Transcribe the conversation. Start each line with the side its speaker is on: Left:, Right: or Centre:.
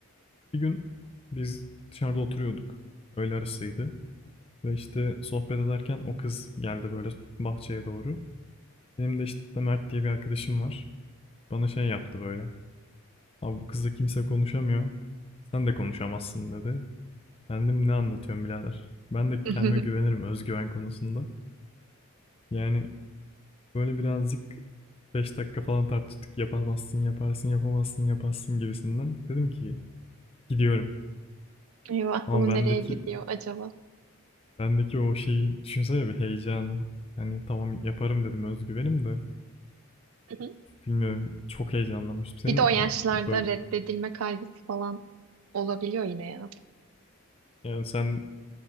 Left: Bir gün biz dışarıda oturuyorduk. Öğle arasıydı. Ve işte sohbet ederken o kız geldi böyle bahçeye doğru. Benim de işte Mert diye bir arkadaşım var. Bana şey yaptı böyle. Abi bu kızla kimse konuşamıyor. Sen de konuşamazsın dedi. Ben dedim ne anlatıyorum birader. Ben de
Right: <laughs>
Left: kendime güvenirim özgüven konusunda. Yani Böyle birazcık 5 dakika falan tartıştık. Yapamazsın, yaparsın, yapamazsın, yaparsın gibisinden. Dedim ki gidiyorum.
Right: Eyvah
Left: Ama
Right: bunu nereye
Left: bendeki
Right: gidiyor acaba?
Left: bendeki o şeyi düşünsene bir heyecanı. Hani tamam yaparım dedim özgüvenim de
Right: Hı hı.
Left: bilmiyorum çok heyecanlanmıştım. Senin
Right: Bir de o yaşlarda
Left: böyle
Right: reddedilme kaygısı falan olabiliyor yine ya.
Left: yani sen